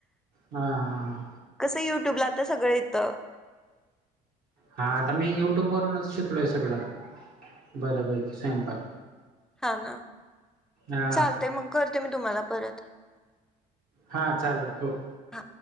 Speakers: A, on the right (about 60°); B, in the centre.
A: हा हा.
B: कसं युट्यूबला आता सगळं येत.
A: हा आता मी युट्यूब वरूनच शिकलोय सगळं. बऱपैकी स्वयंपाक.
B: हा ना,
A: हा
B: चालतेय मग, करते मी तुम्हाला परत.
A: हा चालेल. हो.
B: हा